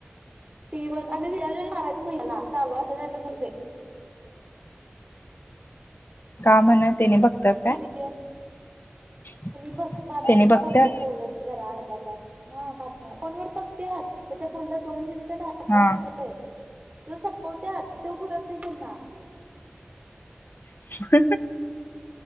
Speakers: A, on the right; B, on the left.
A: पॅक मारायचं तेला चालू असुदे किव्हा नसूदे
B: का म्हन तेनी बघतात काय
A: सिरियल
B: त्यांनी
A: बघ बातम्या तेन
B: बघतात
A: बघत्यात तेवढंच जरा अर्धा तास हा बातम्या फोन वर बगत्यात त्याच्या फोनला दोन जीबीचा डाटा
B: हा
A: असतोय त सपपवत्या त भरत नाही त्यांना
B: <inaudible>